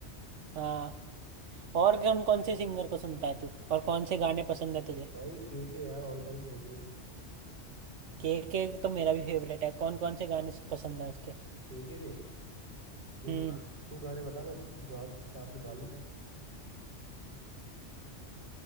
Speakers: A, on the right; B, on the left.
A: हाँ और कौन कौन से सिंगर को सुनता है तू और कौन से गाने पसंद है तुझे
B: भाई के के यार ऑल टाइम फेवरेट
A: के के तो मेरा भी फेवरेट है कौन कौन से गाने पसंद है उसके
B: के के के तू
A: हम्म
B: गाने तू गाने बता मैं गा, साथ में गा लूंगा